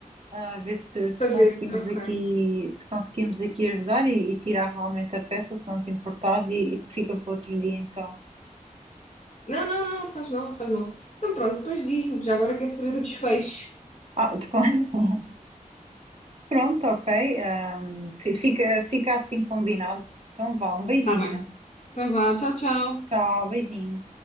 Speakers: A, on the right; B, on the left.
A: a ver se, se
B: Para
A: conseguimos
B: ver, ok.
A: aqui, se conseguimos aqui ajudar e, e tirar realmente a peça, se não te importares, e, e fica para outro dia então.
B: Não, não, não, não faz mal, não faz mal. Então pronto, depois diz-me, já agora quero saber o desfecho.
A: Ah, de con- <laughs> pronto, ok. hum, fi- fica, fica assim combinado. Então vá, um beijinho.
B: Tá bem. Então vá, tchau, tchau.
A: Tchau, beijinho.